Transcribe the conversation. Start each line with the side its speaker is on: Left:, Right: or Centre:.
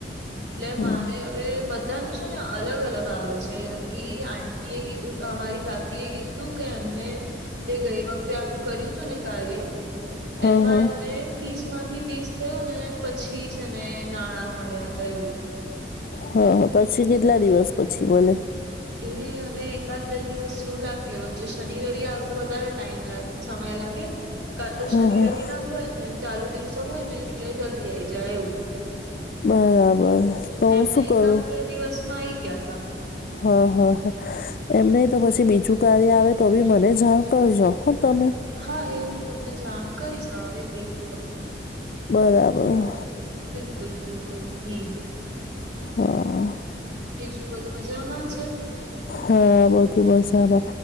Right: એટલે
Left: હમ.
Right: મારે હવે બ. બઘાં ને છે ને અલગ અલગ આવે છે જેમ કે આંટી એ કીધું અમારી કા. એ કીધું તું કે એમને જે ગઈ વખતે આખું કર્યું હતું ને કાર્ય.
Left: હા
Right: એમાં
Left: હા
Right: એમને. ત્રીસ માંથી ત્રીસ થયું ને પછી જ એને નાણા મળ્યાતા એવું.
Left: હા પછી કેટલા દિવસ પછી મળે.
Right: એ અમે એકાદ બે દિવસ જેવું લાગે વચ્ચે શનિ રવિ આવે તો વધારે ટાઈમ લાગે. સમય લાગે. કા તો
Left: હા
Right: શનિ
Left: હા
Right: રવિ ના હોય ને ચાલુ દિવસો હોય ને એટલે જલ્દી આઈ જાય એવું.
Left: બરાબર. તો
Right: એમને
Left: હું શું
Right: એકાદ
Left: કરું
Right: બે દિવસમાં આ આવી ગયા તા
Left: હા હા હા એમ નહી તો પછી બીજું કાર્ય આવે તો બી મને જાણ કરજો હો તમે
Right: હા એ હું તમને જાણ કરીશ આવે કઈક તો.
Left: બરાબર.
Right: બિલકુલ બિલકુલ ઠીક.
Left: હા.
Right: બીજું બધું મજામાં છે.
Left: હા બધુ બસ આબ